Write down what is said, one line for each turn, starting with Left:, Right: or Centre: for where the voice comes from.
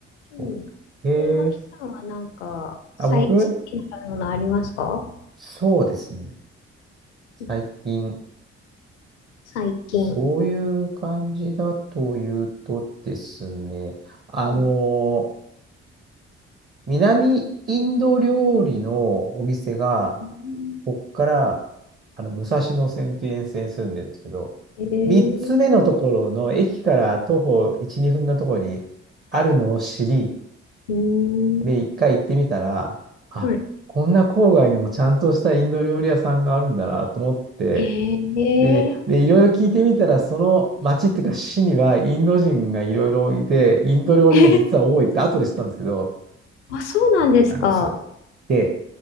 Left: うん。
Right: そう。ええ
Left: え、脇さんはなんか、最近の食べ物ありますか
Right: あ、僕、そうですね。
Left: うん
Right: 最近、
Left: 最近。
Right: そういう感じだというとですね、あのー
Left: う
Right: 南インド料理のお店が、
Left: ん、
Right: こっから、あの、武蔵野線っていう沿線に住んでるんですけど、
Left: えー、
Right: 3つ目のところの駅から徒歩1、2分のところにあるのを知り、
Left: うん、
Right: で、一回行ってみたら、あ、
Left: はい。
Right: こんな郊外にもちゃんとしたインド料理屋さんがあるんだなと思って、
Left: えー、
Right: で、
Left: え
Right: で、いろいろ聞いてみたら、その町っていうか市にはインド人がいろいろいて、インド料理屋実は多いって後で知ったんですけど、
Left: ー、あ、そうなんですか。
Right: なんです。で、